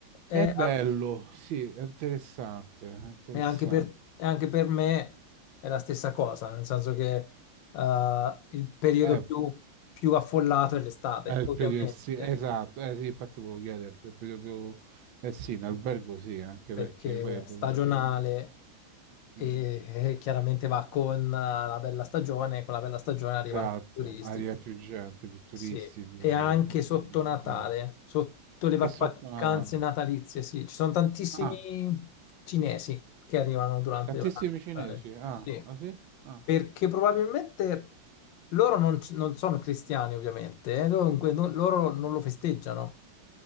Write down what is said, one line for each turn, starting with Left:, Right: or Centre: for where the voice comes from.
Left: E,
Right: È bello,
Left: a-
Right: sì, è interessante, è interessante.
Left: e anche per, e anche per me è la stessa cosa, nel senso che eh, il periodo
Right: Eh,
Left: più, più affollato è l'estate,
Right: È il
Left: ovviamente,
Right: periodo essi- esatto, eh sì, infatti volevo chiederti, è il periodo più, eh sì, in albergo sì, anche
Left: perché
Right: perché poi,
Left: è
Right: vabbè,
Left: stagionale
Right: perché-
Left: e,
Right: mm,
Left: e chiaramente va con eh, la bella stagione, e con la bella stagione
Right: esatto,
Left: arrivano tutti i turisti,
Right: aria più gente, più turisti,
Left: Sì,
Right: più,
Left: e
Right: un
Left: anche
Right: po' più
Left: sotto
Right: di confusione.
Left: Natale, sotto le
Right: E
Left: va-
Right: sotto
Left: vacanze
Right: Natale?
Left: natalizie, sì. Ci sono tantissimi
Right: Ah,
Left: cinesi che arrivano durante
Right: tantissimi
Left: le vacanze di
Right: cinesi,
Left: Natale. Sì,
Right: ah, ah sì? Ah,
Left: perché probabilmente loro non, c- non sono cristiani, ovviamente, eh, Dunque no- loro non lo festeggiano.